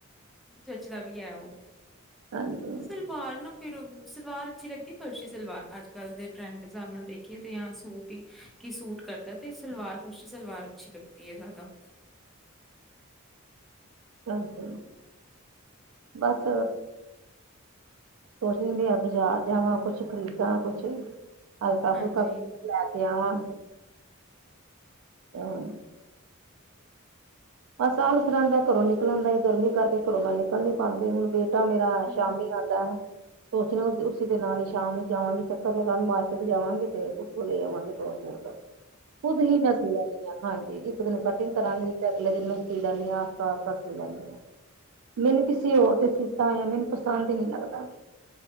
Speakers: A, in the centre; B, on the right.
A: ਜਚਦਾ ਵੀ ਐ ਉਹ।
B: ਹਾਂਜੀ
A: ਸਲ ਵਾਰ ਨਾ ਫਿਰ ਸਲਵਾਰ ਅੱਛੀ ਲੱਗੀ ਫਰਸ਼ੀ ਸਲਵਾਰ ਅੱਜ ਕੱਲ ਦੇ ਟਰੈਂਡ ਦੇ ਹਿਸਾਬ ਨਾਲ ਦੇਖੀਦੇ ਆ ਸੂਟ। ਕੀ ਸੂਟ ਕਰਦਾ ਤੇ ਸਲਵਾਰ ਫਰਸੀ ਸਲਵਾਰ ਅੱਛੀ ਲੱਗਦੀ ਏ ਜ਼ਿਆਦਾ।
B: ਹਾਂਜੀ ਬਸ ਕੁਛ ਨੀ ਹੋਇਆ ਬਾਜ਼ਾਰ ਜਾਵਾਂ ਕੁਛ ਖਰੀਦ ਕੁਛ ਹਲਕਾ ਫੁਲਕਾ
A: ਹਾਂਜੀ
B: ਲੈ ਕੇ ਆਵਾ, ਹੂੰ ਆ ਸਾਲ ਇਤਰਹਾ ਦਾ ਘਰੋਂ ਨਿਕਲਣ ਦਾ ਗਰਮੀ ਕਰਕੇ ਘਰੋਂ, ਮੈਂ ਨਿਕਲ ਨੀ ਪਾਂਦੀ ਹੁਣ ਬੇਟਾ ਮੇਰਾ
A: ਹੂੰ,
B: ਸ਼ਾਮੀ ਆਂਦਾ। ਤਾਂ ਸੋਚਦੀ ਉਸੀ ਦੇ ਨਾਲ ਹੀ ਸ਼ਾਮ ਨੂੰ ਜਾਵਾਂਗੇ, ਚੱਕਰ ਲਗਾਣ ਮਾਰਕੀਟ ਜਾਵਾਂਗੇ ਤੇ ਉੱਥੋਂ ਲੈ ਆਵਾਂਗੇ ਦੋ ਸੂਟ। ਖੁਦ ਹੀ ਮੈਂ ਸੀਅ ਲੈਣੀ ਹਾਂ ਹਾਂਜੀ ਇੱਕ ਦਿਨ ਕਟਿੰਗ ਕਰਾਂਗੀ ਤੇ ਅਗਲੇ ਦਿਨ ਮੈਂ ਸੀ ਲੈਂਨੀ ਆ ਆਸਤਾ ਆਸਤਾ ਸੀ ਲੈਂਨੀ ਆ। ਮੈਨੂੰ ਕਿਸੀ ਔਰ ਦੇ ਸੀਤਾ ਹੋਇਆ ਮੈਨੂੰ ਪਸੰਦ ਨੀ ਲੱਗਦਾ।